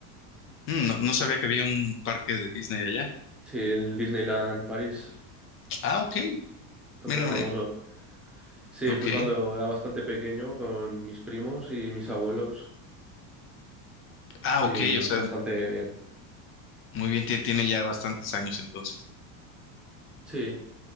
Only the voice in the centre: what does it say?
Sí, el Disneyland París,
bastante
famoso. Sí,
fui cuando era bastante pequeño con mis primos y mis abuelos
y
es bastante bien.
Sí.